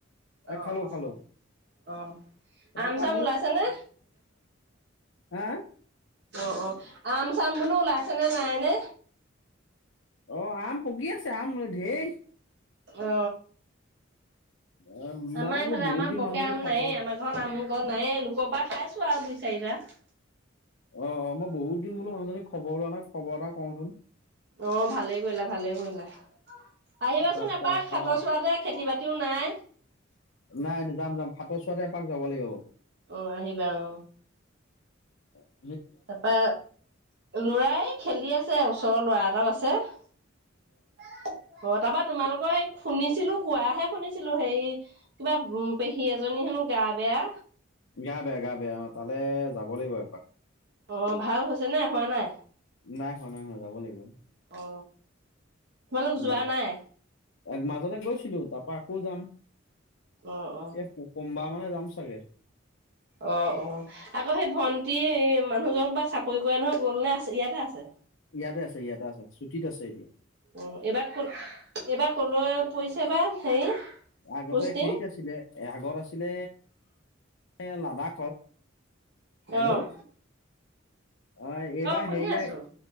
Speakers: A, on the right; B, on the left.
A: অ
B: খালো
A: অ
B: খালো
A: আহ
B: তাৰ
A: আম
B: পৰা
A: চাম ওলাইছে নে?
B: হে
A: অ, অ, আম চাম বুলো ওলাইছে নে নাইনে।
B: অ, আম পকি আছে, আম ধেৰ
A: অ।
B: অ মই
A: আমাৰ এইফালে,
B: বোলো বহুত
A: আমাৰ
B: দিন
A: বকে
B: মানুহজনীক
A: আম
B: খবৰ
A: নাইয়ে,
B: অ
A: আমাৰ ঘৰত আম নাইয়ে, লোকৰ পৰা খাইছো আৰু দুই চাৰিটা ।
B: অ, অ, মই বহুত দিন বোলো মানুহজনীক খবৰ লোৱা নাই, খবৰ এটা কওঁচোন।
A: অ, ভালেই কৰিলা ভালে কৰিলা। আহিবাচোন
B: তাৰপা
A: এপাক খাতৰ চৰাতে খেতি বাতি টো নাই।
B: নাই নাই যাম যাম <unintelligible> চোৱাতে এপাক যাব লাগিব।
A: অ, আহিবা অ।
B: অ
A: তাৰ পৰা ল'ৰাই খেলি আছে, ওচৰৰ ল'ৰা এটা আছে। অ, তাৰ পৰা তোমালোকৰ, শুনিছিলো কোৱাহে শুনিছিলো, হেৰি কিবা, পেহী এজনীৰ হেনো গা বেয়া।
B: গা বেয়া গা বেয়া, তালে যাব লাগিব এপাক।
A: অ, ভাল হৈছে নে হোৱা নাই।
B: নাই হোৱা নাই হোৱা যাব লাগিব।
A: অ। তোমালোক যোৱা
B: বা,
A: নাই?
B: এক মাজতে গৈছিলো তাৰ পৰা পু যাম
A: অ', অ',
B: এ সুম বা মানে যাম চাগে।
A: অ, অ, আকৌ সেই ভন্টিৰ, মানুহজনক বা চাকৰি <unintelligible> গ'ল নে আছে ইয়াতে আছে।
B: ইয়াতে আছে ইয়াতে আছে, ছুটীত আছে এতিয়া।
A: উম, এইবাৰ ক এইবাৰ ক'লৈ পৰিছেনে হেৰি।
B: আগতে
A: পোষ্টিং?
B: <unintelligible> আছিলে, আগত আছিলে এ লাডাখত। হেল্ল',
A: অ',
B: অ, এইবাৰ
A: শুনি
B: হেৰিলৈ
A: আছোঁ।